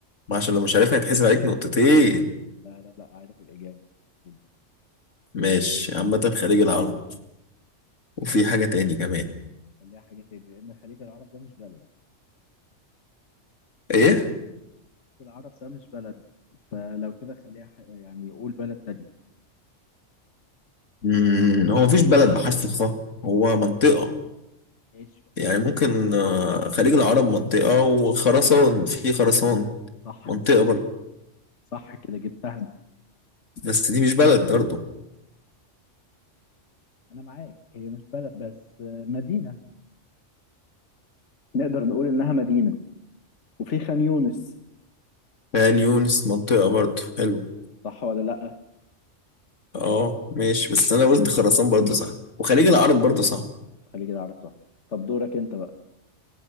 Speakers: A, on the left; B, on the left.
A: ما عشان لو مش عارفها هيتحسب عليك نقطتين
B: لا لا لا عارف الإجابة قول.
A: ماشي عامة خليج العرب وفي حاجة تاني كمان
B: خليها حاجة تاني لأن خليج العرب ده مش بلد
A: ايه
B: خليج العرب ده مش بلد فلو كده خليها ح... يعني قول بلد تاني
A: مم، هو مفيش بلد بحرف الخاء هو منطقة
B: ماشي وقول
A: يعني
B: منطقة
A: ممكن آه، خليج العرب منطقة وخراسان في خراسان
B: صح
A: منطقة برضه
B: صح كده جبتها انت
A: بس دي مش بلد برضه
B: انا معاك هي مش بلد بس آه، مدينه نقدر نقول إنها مدينة وفي خان يونس
A: عين يونس منطقة برضه حلو
B: صح ولا لأ
A: اه ماشي بس انا قلت خراسان برضه صح وخليج العرب برضه صح
B: خليج العرب صح طب دورك أنت بقى